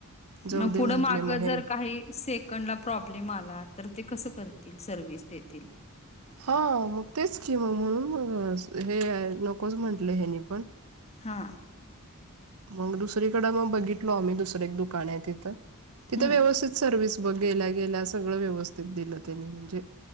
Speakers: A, on the right; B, on the left.
A: जाऊ
B: मग,
A: दे
B: पुढं,
A: म्हटले
B: माग
A: मग ह्यानी.
B: जर काही, सेकंडला प्रॉब्लेम आला, तर ते कसं करतील? सर्व्हिस देतील.
A: हा. तेच की मग म्हणून म, हे नकोच म्हटलं पण,
B: हां!
A: मग दुसरीकडे मग बघितलो आम्ही, दुसर एक दुकान आहे. तिथं, तिथं
B: हम्म
A: व्यवस्थित सर्विस.. गेल्या, गेल्या सगळ व्यवस्थित दिलं. त्यांनी म्हणजे..